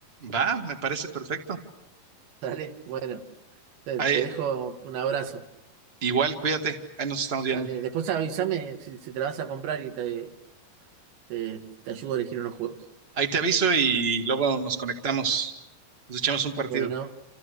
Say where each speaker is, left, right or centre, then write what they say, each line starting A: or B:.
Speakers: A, on the right; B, on the right.
A: Va, me parece perfecto.
B: <laughs> Dale, bueno, te,
A: Ahí,
B: te dejo un abrazo.
A: igual, cuídate. Ahí nos estamos viendo.
B: Dale, después avísame si, si te la vas a comprar y te, te, te ayudo a elegir unos juegos.
A: Ahí te aviso y luego nos conectamos. Nos echamos un partido.
B: Bueno,